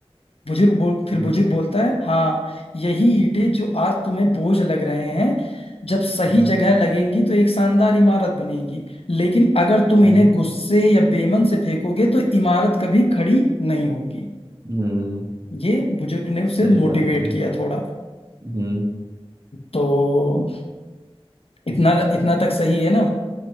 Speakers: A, on the left; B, on the right.
A: बुजुर्ग बोल फिर
B: हम्म
A: बुजुर्ग बोलता है हाँ यही ईंटें जो आज तुम्हें बोझ लग रहे हैं जब सही
B: हम्म,
A: जगह लगेंगी तो एक शानदार इमारत बनेगी लेकिन अगर तुम
B: हम्म,
A: इन्हें गुस्से या बेमन से फेंकोगे तो इमारत कभी खड़ी नहीं होगी
B: हम्म,
A: ये बुजुर्ग ने उसे
B: सही
A: मोटिवेट
B: बात है
A: किया थोड़ा
B: हम्म
A: तो इतना इतना तक सही है ना